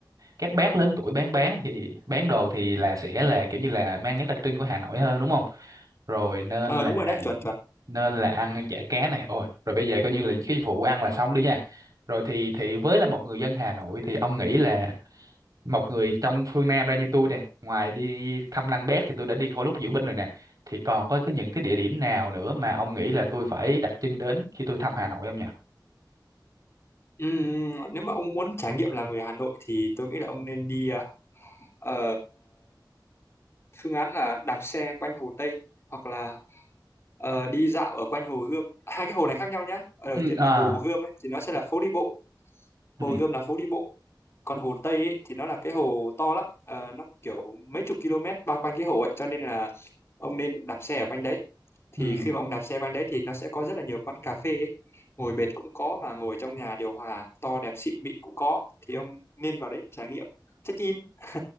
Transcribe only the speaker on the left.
ờ đúng rồi đấy chuẩn chuẩn
Ừm, nếu mà ông muốn trải nghiệm là người Hà Nội thì tôi nghĩ là ông nên đi à, ờ, phương án là đạp xe quanh Hồ Tây hoặc là ờ, đi dạo ở quanh Hồ Gươm hai cái hồ này khác nhau nhá ở đầu
tiên
là Hồ Gươm ấy, thì nó sẽ là phố đi bộ Hồ
Gươm là phố đi bộ còn hồ Tây ấy, thì nó là cái hồ to lắm Ờ, nó kiểu mấy chục km bao quanh cái hồ ấy cho nên là ông nên đạp xe ở quanh đấy thì
khi mà ông đạp xe quanh đấy thì nó sẽ có rất là nhiều quán cà phê ấy. ngồi bệt cũng có mà ngồi trong nhà điều hòa to đẹp xịn mịn cũng có thì ông nên vào đấy trải nghiệm check in <laughs>